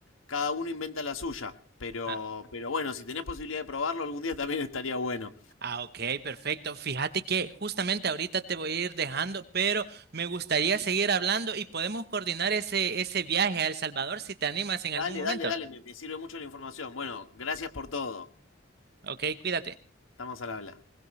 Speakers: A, on the left; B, on the right.
A: Cada uno inventa la suya. Pero,
B: Ah,
A: pero bueno, si tenés posibilidad de probarlo, algún día también <laughs> estaría bueno.
B: ah, ok, perfecto. Fíjate que justamente ahorita te voy a ir dejando, pero me gustaría seguir hablando y podemos coordinar ese, ese viaje a El Salvador si te animas en
A: Dale,
B: algún momento.
A: dale, dale, me, me sirve mucho la información. Bueno, gracias por todo.
B: Ok, cuídate.
A: Estamos al habla.